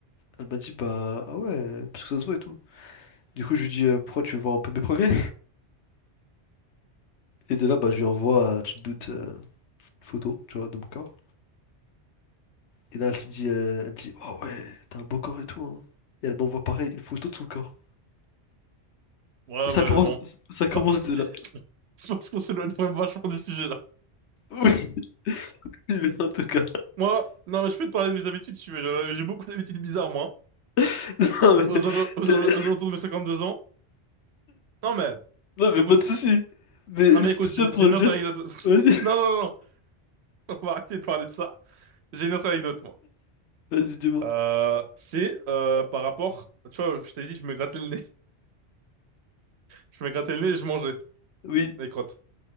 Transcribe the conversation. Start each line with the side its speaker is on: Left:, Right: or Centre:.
Left: Elle m'a dit, bah, ah ouais, parce que ça se voit et tout. Du coup, je lui dis, euh, pourquoi tu veux voir un peu mes progrès? Et de là, bah, je lui envoie, euh, tu te doutes, euh, une photo, tu vois, de mon corps. Et là, elle se dit, euh, elle dit, ah ouais, t'as un beau corps et tout, hein. Et elle m'envoie pareil, une photo de son corps.
Right: Ouais,
Left: Ça
Right: mais
Left: commence,
Right: bon.
Left: ça
Right: Je
Left: commence
Right: pense,
Left: de
Right: <laughs>
Left: là.
Right: je pense qu'on s'éloigne vraiment vachement du sujet, là.
Left: Oui, <laughs> mais en tout cas.
Right: Moi, non, mais je peux te parler de mes habitudes, si tu veux. J'ai j'ai beaucoup d'habitudes bizarres, moi.
Left: <laughs> Non, mais,
Right: Aux, alo- aux,
Left: euh,
Right: alo- aux alentours de mes 52 ans. Non, mais,
Left: non, mais
Right: écoute.
Left: pas de soucis. Mais
Right: Non, mais
Left: c'est
Right: écoute,
Left: tout ça
Right: j'ai
Left: pour
Right: j'ai une
Left: dire.
Right: autre anecdote. <laughs>
Left: Vas-y,
Right: Non, non, non. On va arrêter de parler de ça. J'ai une autre anecdote, moi.
Left: vas-y, dis-moi.
Right: Euh, c'est euh, par rapport... Tu vois, je t'ai dit, je me grattais le nez. <laughs> Je me grattais le nez et je mangeais.
Left: Oui.
Right: Les crottes.